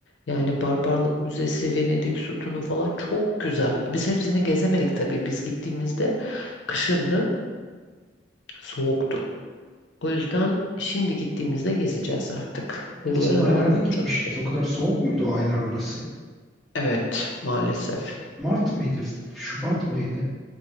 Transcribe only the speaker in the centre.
Geçen aylarda
gitmiştiniz.
O kadar soğuk muydu o aylar orası?
Mart mıydı? Şubat mıydı?